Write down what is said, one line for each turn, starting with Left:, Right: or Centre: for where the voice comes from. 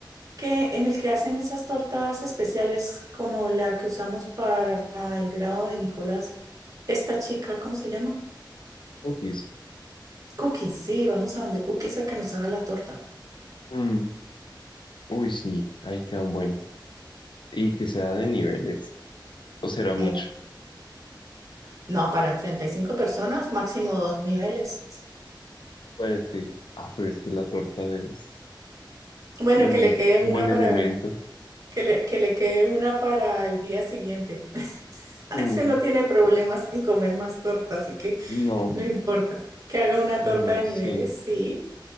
Right: que en el que hacen esas tortas especiales como la que usamos para el grado de Nicolás, esta chica, ¿cómo se llama?
Left: X.
Right: Cookies, sí, vamos a donde Cookies a que nos haga la torta.
Left: Mm. Uy, sí, ahí quedan buenos. Y que sea de niveles, o será mucho.
Right: No, No, para 35 personas, máximo dos niveles.
Left: Pues sí. Ah, pero es que la torta es
Right: Bueno,
Left: un,
Right: que le quede
Left: un
Right: una
Left: buen
Right: para,
Left: elemento.
Right: que le, que le quede una para el día siguiente. <laughs>
Left: Mm,
Right: Ese no tiene problemas en comer más torta, así que
Left: no,
Right: no importa. Que haga una
Left: no,
Right: torta de niveles,
Left: sí.
Right: sí,